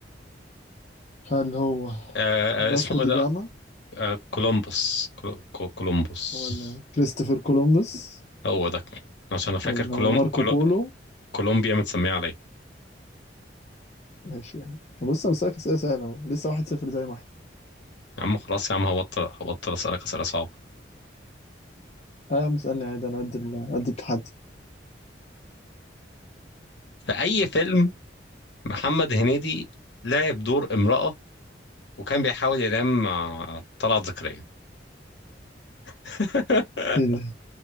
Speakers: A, on the left (about 35°); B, on the left (about 70°).
A: هل هو
B: آه آه،
A: فاسكو
B: اسمه ايه
A: دي
B: ده
A: جاما
B: آه كولومبوس كولو- كو- كولومبوس
A: ولا كريستوفر كولومبوس
B: هو ده عشان انا فاكر
A: ولا
B: كولوم
A: ماركو
B: كولو...
A: بولو
B: كولومبيا متسميه عليه
A: ماشي يعني طب بص انا بسألك اسئله سهله اهو لسه واحد صفر زي ما احنا
B: يا عم خلاص يا عم هبطل هبطل اسالك اسئله صعبه
A: اه يا عم اسالني عادي انا قد ال- قد التحدي
B: في اي فيلم محمد هنيدي لعب دور امرأة وكان بيحاول ينام مع طلعت زكريا <laughs>
A: ايه ده